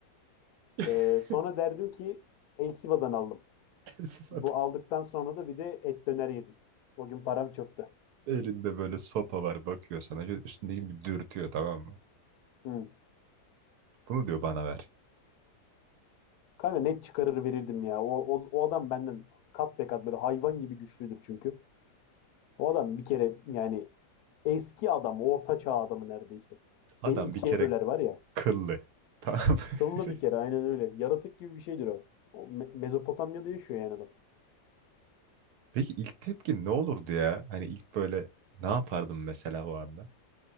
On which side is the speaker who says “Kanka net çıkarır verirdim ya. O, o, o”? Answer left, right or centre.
Left